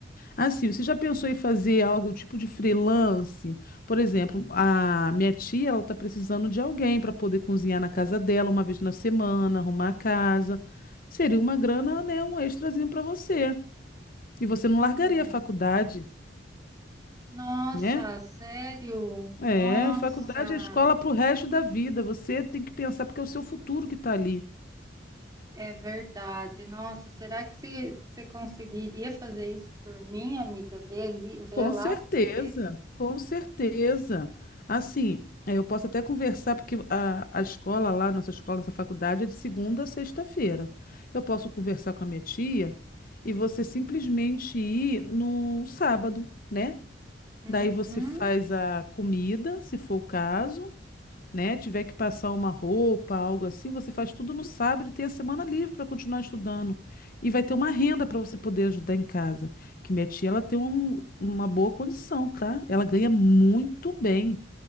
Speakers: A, on the left (about 50°); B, on the right (about 20°).
A: Assim, você já pensou em fazer algo tipo de freelance? Por exemplo, a minha tia, ela tá precisando de alguém para poder cozinhar na casa dela uma vez na semana, arrumar a casa. Seria uma grana, né, um extrazinho para você. E você não largaria
B: É,
A: a faculdade,
B: Nossa,
A: né?
B: sério?
A: É,
B: Nossa,
A: faculdade é escola para o resto da vida. Você tem que pensar porque é o seu futuro que está ali.
B: é verdade. Nossa, será que se- você conseguiria fazer isso por mim, amiga? Ver ali, ver
A: Com
B: lá
A: certeza,
B: sobre isso?
A: com certeza. Assim, eh, eu posso até conversar, porque a, a escola lá, nossa escola, nossa faculdade é de segunda a sexta-feira. Eu posso conversar com a minha tia e você simplesmente ir no sábado, né?
B: Uhum.
A: Daí você faz a comida, se for o caso, né, tiver que passar uma roupa, algo assim, você faz tudo no sábado e tem a semana livre para continuar estudando. E vai ter uma renda para você poder ajudar em casa. Que minha tia, ela tem um- uma boa condição, tá? Ela ganha muito bem,